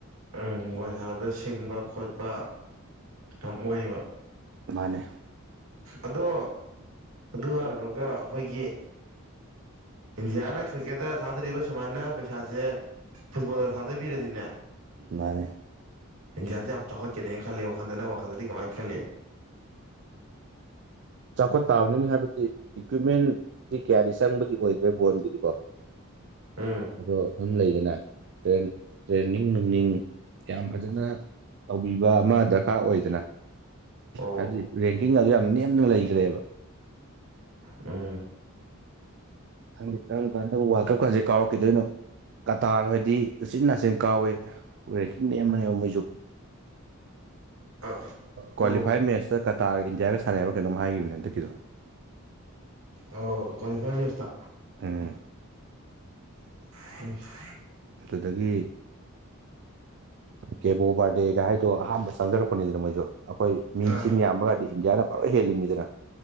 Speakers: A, on the right; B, on the right.
A: ꯎ ꯕꯣꯁꯥꯔꯗ ꯁꯤꯡꯕ ꯈꯣꯠꯄ ꯌꯥꯝ ꯑꯣꯏꯌꯦꯕ
B: ꯃꯥꯅꯦ
A: ꯑꯗꯣ ꯑꯗꯨ ꯍꯥꯏꯔꯨꯔꯒ ꯑꯩꯈꯣꯏꯒꯤ ꯏꯟꯗꯤꯌꯥꯅ ꯀ꯭ꯔꯤꯀꯦꯠꯇ ꯊꯥꯗꯕ ꯁꯨꯃꯥꯏꯅ ꯄꯩꯁꯥꯁꯦ ꯐꯨꯠꯕꯣꯜꯗ ꯊꯥꯗꯣꯏꯕꯤꯔꯗꯤꯅꯦ
B: ꯃꯥꯅꯦ
A: ꯏꯟꯗꯤꯌꯥꯁꯁꯤ ꯌꯥꯝ ꯆꯥꯎꯈꯠ ꯆꯦꯅꯤꯅ ꯈꯜꯂꯤ ꯋꯥꯈꯜꯗ ꯅꯪ ꯋꯥꯈꯜꯗꯗꯤ ꯀꯃꯥꯏꯅ ꯈꯜꯂꯤ
B: ꯆꯥꯎꯈꯠ ꯇꯥꯕꯅꯤ ꯍꯥꯏꯕꯗꯤ ꯏꯀ꯭ꯋꯤꯞꯃꯦꯟꯗꯤ ꯀꯌꯥꯗꯤ ꯆꯪꯕꯗꯤ ꯑꯣꯏꯗ꯭ꯔꯦ ꯐꯣꯟꯒꯤꯗꯤꯀꯣ
A: ꯎꯝ
B: ꯑꯗꯣ ꯑꯗꯨꯝ ꯂꯩꯗꯅ ꯇ꯭ꯔꯦꯟ ꯇ꯭ꯔꯦꯟꯅꯤꯡ ꯅꯨꯡꯅꯤꯡ ꯌꯥꯝ ꯐꯖꯅ ꯇꯧꯕꯤꯕ ꯑꯃ ꯗꯔꯀꯥꯔ ꯑꯣꯏꯗꯅ
A: ꯑꯣ
B: ꯍꯥꯏꯕꯗꯤ ꯔꯦꯡꯀꯤꯡ ꯑꯗꯨ ꯌꯥꯝ ꯅꯦꯝꯅ ꯂꯩꯈ꯭ꯔꯦꯕ
A: ꯎꯝ
B: ꯈꯪꯗꯦ ꯀꯔꯝꯀꯟꯗꯕꯨ ꯋꯥꯛꯀꯝꯀꯥꯡꯁꯤ ꯀꯥꯎꯔꯛꯈꯤꯗꯣꯏꯅꯣ ꯀꯇꯥꯔ ꯍꯣꯏꯗꯤ ꯎꯆꯤꯟ ꯅꯥꯆꯤꯟ ꯀꯥꯎꯏꯤ ꯔꯦꯡꯀꯤꯡ ꯅꯦꯝꯕꯅꯦꯕꯥ ꯃꯣꯏꯁꯨ
A: ꯑ ꯑꯣ
B: ꯀ꯭ꯋꯥꯂꯤꯐꯥꯏ ꯃꯦꯠꯁꯇ ꯀꯇꯥꯒ ꯏꯟꯗꯤꯌꯥꯒ ꯁꯥꯟꯅꯌꯦꯕꯥ ꯀꯩꯅꯣꯝ ꯍꯥꯏꯈꯤꯕꯅꯤ ꯍꯟꯗꯛꯀꯤꯗꯣ
A: ꯑꯣ ꯀ꯭ꯋꯥꯂꯤꯐꯥꯏ ꯃꯦꯠꯁꯇ
B: ꯎꯝ
A: ꯑ <inaudible>
B: ꯑꯗꯨꯗꯒꯤ ꯀꯦꯕꯣ ꯕꯥꯔꯗꯦꯒ ꯍꯥꯏꯗꯣ ꯑꯍꯥꯟꯕ ꯆꯪꯖꯔꯛꯄꯅꯤꯗꯅ ꯃꯣꯏꯁꯨ ꯑꯩꯈꯣꯏ ꯃꯤꯁꯤꯡ
A: ꯑꯥ
B: ꯌꯥꯝꯕꯒꯥꯟꯗꯤ ꯏꯟꯗꯤꯌꯥꯅ ꯄꯨꯔꯥ ꯍꯦꯜꯂꯤꯃꯤꯗꯅ